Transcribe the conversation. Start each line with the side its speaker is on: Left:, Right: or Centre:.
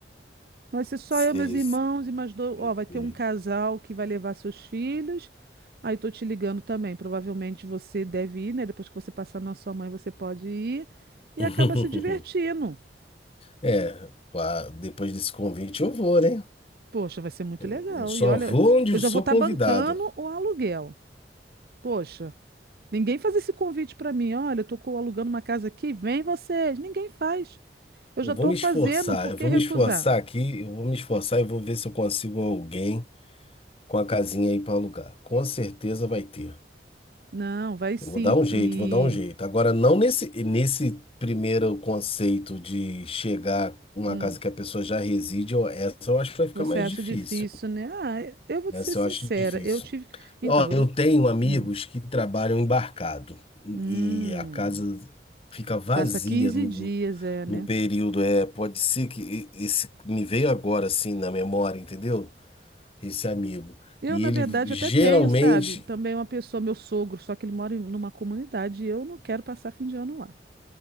Right: Vai ser só
Left: Sei,
Right: eu, meus irmãos
Left: sei,
Right: e mais dois.
Left: sei.
Right: Ó, vai ter
Left: sei.
Right: um casal que vai levar seus filhos. Aí tô te ligando também. Provavelmente você deve ir, né? Depois que você passar na sua mãe, você pode ir. E
Left: <laughs>
Right: acaba se divertindo.
Left: É, pá, depois desse convite eu vou, né?
Right: Poxa, vai ser muito
Left: Eu
Right: legal.
Left: só
Right: E olha,
Left: vou onde
Right: eu
Left: eu
Right: já
Left: sou
Right: vou estar
Left: convidado.
Right: bancando o aluguel. Poxa, ninguém faz esse convite para mim. Olha, eu tô co- alugando uma casa aqui, vem vocês. Ninguém faz. Eu
Left: Eu
Right: já
Left: vou
Right: tô
Left: me
Right: fazendo,
Left: esforçar,
Right: por
Left: eu
Right: que
Left: vou
Right: recusar?
Left: me esforçar aqui, eu vou me esforçar e vou ver se eu consigo alguém com a casinha aí para alugar. Com certeza vai ter.
Right: Não, vai sim.
Left: Eu vou dar um jeito,
Right: E.
Left: vou dar um jeito. Agora, não nesse, nesse primeiro conceito de chegar uma
Right: hum.
Left: casa que a pessoa já reside, eu- essa eu acho que vai ficar
Right: Você
Left: mais
Right: acha
Left: difícil.
Right: difícil, né? Ah, eu vou te
Left: Essa
Right: ser sincera,
Left: eu acho difícil.
Right: eu tive. Então,
Left: Ó,
Right: eu
Left: eu
Right: vou.
Left: tenho amigos
Right: Hum,
Left: que trabalham embarcado e
Right: hum,
Left: a casa fica vazia
Right: passa 15
Left: não,
Right: dias, é, né?
Left: no período, é, pode ser que e- esse me veio agora assim na memória, entendeu? Esse amigo.
Right: Eu,
Left: E
Right: na
Left: ele
Right: verdade,
Left: geralmente,
Right: até tenho, sabe? Também uma pessoa, meu sogro, só que ele mora em numa comunidade e eu não quero passar fim de ano lá.